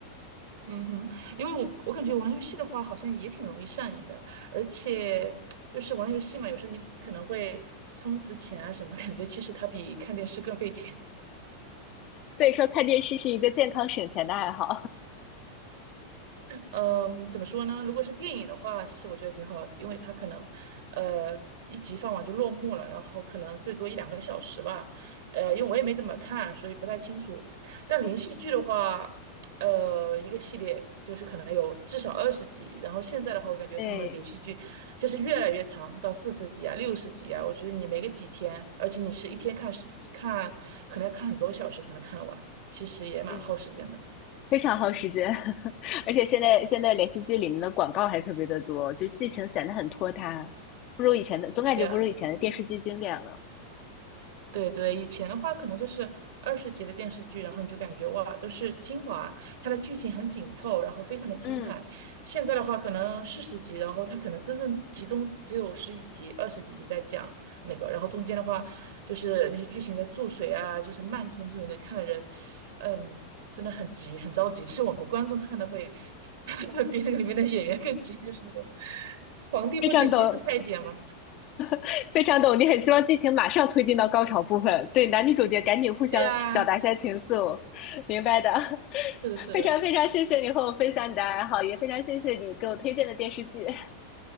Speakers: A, on the right (about 60°); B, on the left (about 40°).
A: 嗯哼，因为我我感觉玩游戏的话，好像也挺容易上瘾的，而且就是玩游戏嘛，有时候你可能会充值钱啊什么，感觉其实它比看电视更费钱。
B: 所以说，看电视是一个健康省钱的爱好。
A: 嗯，怎么说呢？如果是电影的话，其实我觉得挺好，因为它可能，呃，一集放完就落幕了，然后可能最多一两个小时吧。呃，因为我也没怎么看，所以不太清楚。但连续剧的话，呃，一个系列就是可能有至少二十集，然后现在的话，我感觉他们连续剧就是越来越长，
B: <laughs> 对，
A: 到四十集啊、六十集啊，我觉得你没个几天，而且你是一天看看，可能要看很多小时才能看得完，其实也蛮耗时间的。
B: 嗯。非常耗时间，<laughs> 而且现在现在连续剧里面的广告还特别的多，就剧情显得很拖沓，不如以前的，总感觉不如以前的电视剧经典了。
A: 对啊，对对，以前的话可能就是二十集的电视剧，然后你就感觉哇，都是精华，它的剧情很紧凑，然后非常的精彩。
B: 嗯，
A: 现在的话可能四十集，然后它可能真正集中只有十几集、二十几集在讲那个，然后中间的话就是那些剧情在注水啊，就是慢吞吞的，看的人，嗯，真的很急，很着急。就是我们观众看的会 <laughs> 比那个里面的演员更急，就是那种皇帝不急急死太监嘛。
B: 非常懂，<laughs> 非常懂，你很希望剧情马上推进到高潮部分，对男女主角赶紧互相表达一下情愫，
A: 对呀、
B: 明白的。<laughs>
A: 是的，是的。
B: 非常非常谢谢你和我分享你的爱好，也非常谢谢你给我推荐的电视剧。<laughs>